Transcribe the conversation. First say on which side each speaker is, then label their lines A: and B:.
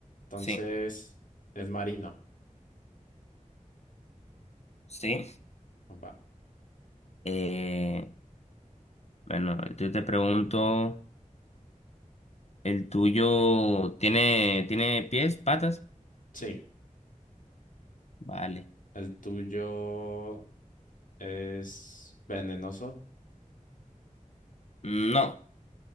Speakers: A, on the left (about 80°); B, on the left (about 55°).
A: Entonces,
B: Sí.
A: es marino.
B: Sí.
A: Va.
B: Eh, bueno, yo te pregunto, ¿el tuyo tiene, tiene pies, patas?
A: Sí.
B: Vale.
A: ¿El tuyo es venenoso?
B: No.